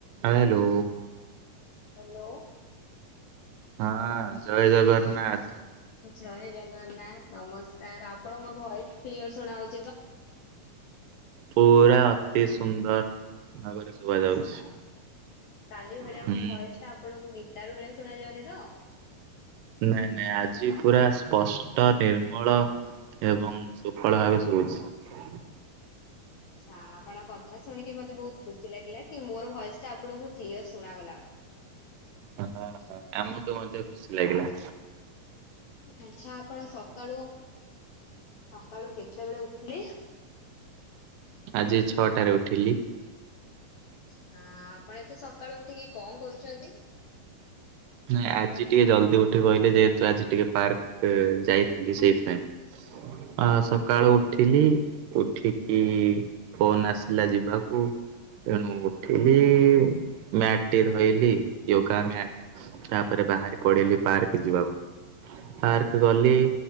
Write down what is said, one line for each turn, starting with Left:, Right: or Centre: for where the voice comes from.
Right: Hello.
Left: Hello
Right: ହଁ ଜୟ ଜଗନ୍ନାଥ
Left: ଜୟ ଜଗନ୍ନାଥ, ନମସ୍କାର ଆପଣଙ୍କୁ ମୋ ଭଏସ କ୍ଲିୟର ଶୁଣାଉଛି।
Right: ପୁରା ଅତି ସୁନ୍ଦର। ର ଶୁଭା
Left: ଆଚ୍ଛା।
Right: ଯାଉଛି।
Left: କାଲି ଭଳିଆ
Right: ହୁଁ।
Left: ମୋ ଭଏସ ଟା ଆପଣଙ୍କୁ ଗୀଟାର ଭଳିଆ ଶୁଣା ଯାଉନି ତ?
Right: ନାଇଁ ନାଇଁ ଆଜି ପୁରା ସ୍ପଷ୍ଟ ନିର୍ମଳ ଏବଂ ସୁଫଳ ଭାବେ ସୁଭୁଛି।
Left: ଆଛା, ଆପଣଙ୍କ କଥା ଶୁଣିକି ମତେ ବହୁତ ଖୁସି ଲାଗିଲା କି ମୋର ଭଏସ ଟା ଆପଣଙ୍କୁ ବହୁ କ୍ଲିୟର ଶୁଣାଗଲା।
Right: ହଁ, ହ, ଆମକୁ ମଧ୍ୟ ଖୁସି ଲାଗିଲା।
Left: ଆଛା, ଆପଣ ସକାଳୁ ସକାଳୁ କେତେବେଳେ ଥିଲେ
Right: ଆଜି ଛଅଟାରେ ଉଠିଲି।
Left: ହଁ, ଆପଣ ଏତେ ସକାଳୁ ଉଠିକି କଣ କରୁଛନ୍ତି?
Right: ନାଇଁ ଆଜି ଟିକେ ଜଲଦି ଉଠି ପଇଲି ଯେହେତୁ ଆଜି ଟିକେ ପାର୍କ ଯାଇଥିଲି ସେଇଥିପାଇଁ
Left: <unintelligible>
Right: ଅ ସକାଳୁ ଉଠିଲି, ଉଠିକି ଫୋନ ଆସିଲା ଯିବାକୁ ତେଣୁ ଉଠିଲି ମ୍ୟାଟ୍ ଟି ଧରଲି ଯୋଗା ମ୍ୟାଟ ତାପରେ ବାହାରି ପଡିଲି ପାର୍କ ଯିବାକୁ, ପାର୍କ ଗଲି।